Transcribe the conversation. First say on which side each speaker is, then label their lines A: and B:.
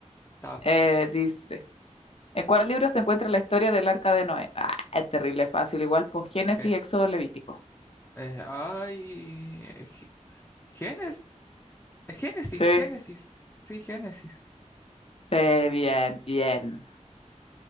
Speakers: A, on the left; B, on the left.
A: estaba fácil.
B: Eh, dice. ¿En cuál libro se encuentra la historia del arca de Noé? Ah, es terrible, fácil. Igual, pues Génesis,
A: Eh,
B: Éxodo, Levítico.
A: eh, ay, G- Génesis, Génesis,
B: Sí,
A: Génesis. Sí, Génesis.
B: Sí, bien, bien.